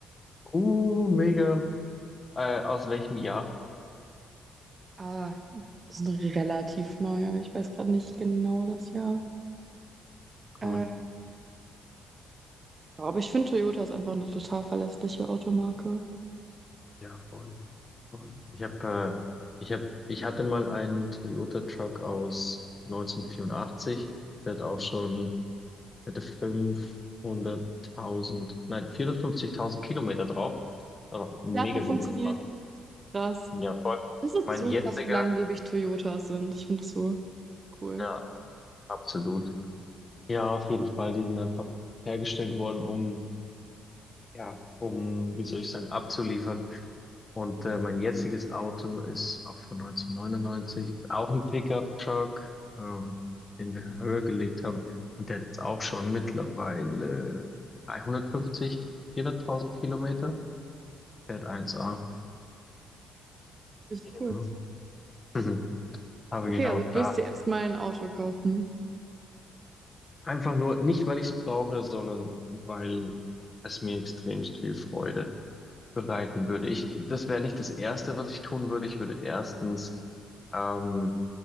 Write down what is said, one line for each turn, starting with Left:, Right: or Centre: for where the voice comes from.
Left: Uh, mega. Äh, aus welchem Jahr?
Right: Ah, das ist ein relativ neuer. Ich weiß gerade nicht genau das Jahr. Äh,
Left: Cool.
Right: aber ich finde, Toyota ist einfach eine total verlässliche Automarke.
Left: Ja, voll. Voll. Ich habe, äh, ich hab, ich hatte mal einen Toyota Truck aus 1984. Der hat auch schon, der hatte 500.000, nein, 450.000 Kilometer drauf. Hat auch mega
Right: Der hat noch
Left: gut
Right: funktioniert.
Left: gefahren.
Right: Krass.
Left: Ja, voll.
Right: Das ist
Left: Mein
Right: so
Left: jetziger,
Right: krass, wie langlebig Toyotas sind. Ich finde das so cool.
Left: ja, absolut. Ja, auf jeden Fall. Die sind einfach hergestellt worden, um, ja, um, wie soll ich sagen, abzuliefern. Und äh, mein jetziges Auto ist auch von 1999, ist auch ein Pickup-Truck, ähm, den wir höher gelegt haben. Und der hat jetzt auch schon mittlerweile 350, 400.000 Kilometer. Fährt eins a
Right: Richtig
Left: Mhm.
Right: cool.
Left: Mhm. <laughs> Aber
Right: Okay,
Left: genau
Right: also du
Left: da.
Right: wirst dir erstmal ein Auto kaufen.
Left: Einfach nur nicht, weil ich es brauche, sondern weil es mir extremst viel Freude bereiten würde. Ich, das wäre nicht das Erste, was ich tun würde. Ich würde erstens ähm,